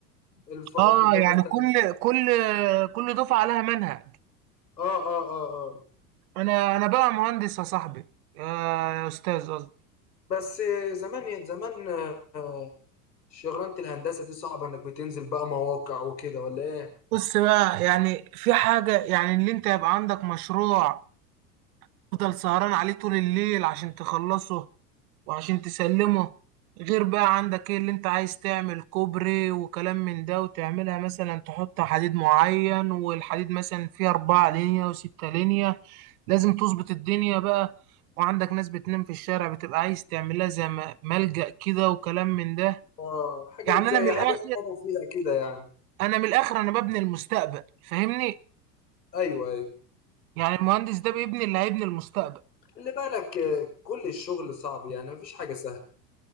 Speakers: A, on the left; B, on the right.
A: الف... يعني
B: اه
A: ده مثلا
B: يعني كل كل كل دفعة عليها منهج
A: اه اه اه اه
B: انا انا بقى مهندس يا صاحبي يا يا استاذ قصدي
A: بس زمان إيه، زمان آه، شغلانة الهندسة دي صعبة انك بتنزل بقى مواقع وكده ولا ايه؟
B: بص بقى يعني في حاجة يعني اللي انت يبقى عندك مشروع تفضل سهران عليه طول الليل عشان تخلصه وعشان تسلمه غير بقى عندك ايه اللي انت عايز تعمل كوبري وكلام من ده وتعملها مثلا تحط حديد معين والحديد مثلا فيه أربعة لينية وستة لينية لازم تظبط الدنيا بقى وعندك ناس بتنام في الشارع بتبقى عايز تعملها زي م- ملجأ كده وكلام من ده
A: اه حاجات
B: يعني
A: زي
B: أنا من
A: حاجات
B: الآخر
A: قاموا فيها كده يعني
B: أنا من الآخر أنا ببني المستقبل فاهمني؟
A: ايوه ايوه
B: يعني المهندس ده بيبني اللي هيبني المستقبل
A: خلي بالك آه، كل الشغل صعب يعني مفيش حاجة سهلة